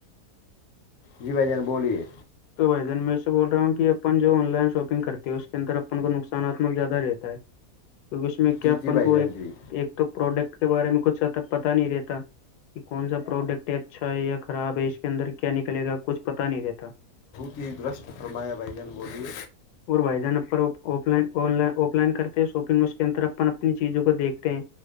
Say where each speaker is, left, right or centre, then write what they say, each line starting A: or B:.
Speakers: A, on the left; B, on the left.
A: جی بھ جان بولیے
B: تو بھائی جان میں اس سے بول رہ ہوں کہ اپن جو آن لائن شاپگ کرتی ہے اس کے انر اپن کو نقصاناتمک زیادہ رہتا ہے کیکہ اس میں کیا
A: جی
B: اپن
A: جی بھائی
B: کو
A: جان
B: ایک
A: جی
B: ایک تو پروڈکٹ کے بارے میں کچھ تک پتا نہیں رہتا یہ کون سا پروڈکٹ ہے اچھا ہے یا خراب ہے اس کے اندر کیا نکلے گا کچھ پتا نہیں رہتا
A: کی درشٹ فرمایا بھگن بولیے
B: اور وحدان اپ آف لائن آف لائن کرتے ہیں شاپنگ اس کے انتر اپن اپنی چیزوں کو دیکھتے ہیں